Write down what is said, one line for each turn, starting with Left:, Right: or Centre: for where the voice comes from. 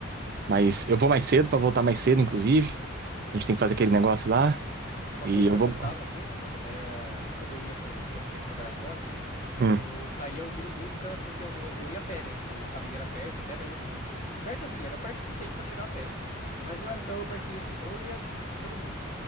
Right: Mas eu vou mais cedo pra voltar mais cedo, inclusive. A gente tem que fazer aquele negócio lá.
Left: Uma
Right: E
Left: coisa
Right: eu
Left: que eu
Right: vou.
Left: gostava muito, mano, era quando eu ia, por exemplo, quando eu tinha que trabalhar fora,
Right: Hum.
Left: eu saía ouvindo música, porque eu, eu, eu ia a pé, né? O caminho era perto até, mas assim, perto assim, era perto o suficiente pra chegar a pé, mas não era tão pertinho assim, então eu ia escutando música.